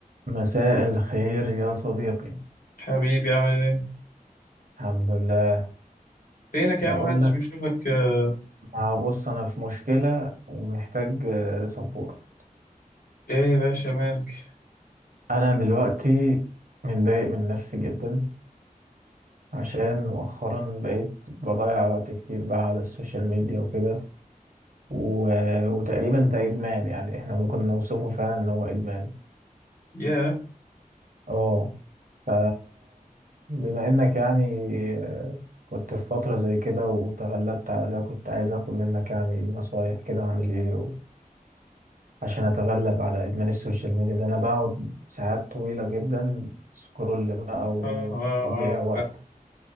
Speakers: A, on the right (about 65°); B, on the left (about 70°).
A: مساء الخير يا صديقي
B: حبيبي عامل ايه؟
A: الحمد لله
B: فينك
A: بقول
B: يا عم محدش
A: لك
B: بيشوفك آه،
A: ما بص انا في مشكلة ومحتاج آه، سبورت
B: ايه يا باشا مالك؟
A: انا دلوقتي متضايق من نفسي جدا عشان مؤخرا بقيت بضيع وقت كتير بقى على السوشيال ميديا وكده و... وتقريبا ده ادمان يعني احنا ممكن نوصفه فعلا ان هو ادمان
B: ياه
A: اه ف بما انك يعني آه، كنت في فترة زي كده وتغلبت على ده كنت عايز اخد منك يعني نصايح كده اعمل ايه عشان اتغلب على ادمان السوشيال ميديا ده انا بقعد ساعات طويلة جدا سكرول بقى وتضييع
B: آه آه
A: وقت
B: آه.